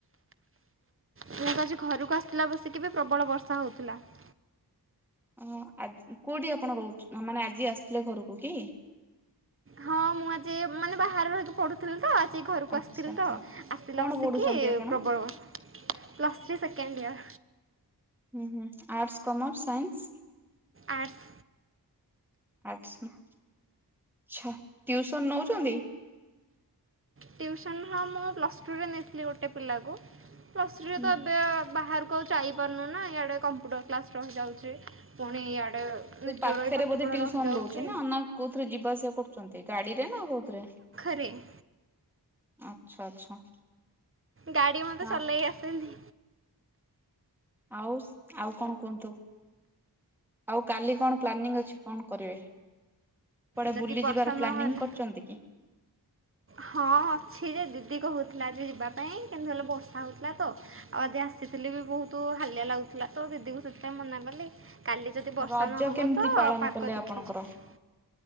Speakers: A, on the right; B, in the centre.
A: ମୁଁ ତ ଆଜି ଘରକୁ ଆସିିଲା ବସିକି ବି ପ୍ରବଳ ବର୍ଷା ହଉଥିଲା- -
B: ହଁ ଆଜି ଓ କୋଉଠି ଆପଣ ରହୁ ମାନେ ଆଜି ଆସିଥିଲେ ଘରକୁ କି
A: ହଁ ମୁଁ ମାନେ ବାହାରୁ <unintelligible> ଥିଲୁ ତ ଆଜି ଘରକୁ
B: ଆଚ୍ଛା
A: ଆସିଥିଲି
B: ଆଚ୍ଛା
A: ତ ଆସିଲା
B: କଣ
A: ବସିକି
B: ପଢୁଛନ୍ତି ଆପଣ?
A: ପ୍ରବଳ ବର୍ଷା ପ୍ଲସ୍ ଥ୍ରୀ ସେକେଣ୍ଡ ଇୟର
B: ହୁଁ ହୁଁ ଆର୍ଟ୍ସ୍ କମର୍ସ ସାଇନ୍ସ
A: ଆର୍ଟସ୍
B: ଆଛା ଆଛା ଟ୍ୟୁସନ ନେଉଛନ୍ତି
A: ଟିଉସନ୍ ହଁ ମୁଁ ପ୍ଲସ୍ ଟୁରେ ନେଇଥିଲି ଗୋଟେ ପିଲାକୁ ପ୍ଲସ୍ ର୍ଥିରେ
B: ହୁଁ
A: ତ ଏବେ ବାହାରକୁ କୁ ଆଉ ଯାଇପାରୁନୁ ନା ଇଆଡ଼େ କମ୍ପ୍ୟୁଟର କ୍ଲାସ୍ ରହିଯାଉଛି ପୁଣି ଇଆଡ଼େ
B: ସେ
A: ନିଜର
B: ପାଖରେ
A: ଏଇ ପାଠ
B: ବୋଧେ
A: ପଢ଼ା
B: ଟିୁୟୁସନ
A: ରହିଯାଉଛି
B: ରହୁଛି ନା ନା କୋଉଥିରେ ଯିବା ଆସିବା କରୁଛନ୍ତି ଗାଡି ରେ ନା କୋଉଥିରେ?
A: ରେ <unintelligible>
B: ଆଚ୍ଛା ଆଚ୍ଛା
A: ଗାଡି ମତେ
B: ଆଉ
A: ଚଲେଇ ଆସେନି
B: ଆଉ ଆଉ କଣ କୁହନ୍ତୁ? ଆଉ କାଲି କଣ ପ୍ଲାନିଂ ଅଛି କଣ କରିବେ? କୁଆଡେ
A: ଯଦି
B: ବୁଲିଯିବାର
A: ବର୍ଷା
B: ପ୍ଲାନିଂ
A: ନହେଲା
B: କରୁଛନ୍ତି କି?
A: ହଁ ଅଛି ଯେ ଦିଦି କହୁଥିଲା ଯେ ଯିବା ପାଇଁ କିନ୍ତୁ ହେଲେ ବର୍ଷା ହଉଥିଲା ତ ଆଉ ଆଜି ଆସିଥିଲି ବି ବହୁତ ହାଲିଆ ଲାଗୁଥିଲା ତ ଦିଦି କ ସେଥିପାଇଁ ମନା କଲି କାଲି ଯଦି ବର୍ଷା
B: ରଜ
A: ନହେବ
B: କେମିତି
A: ତ
B: ପାଳନ
A: ପାଗ
B: କଲେ
A: ଦେଖିକି
B: ଆପଣଙ୍କର?
A: ଯିବି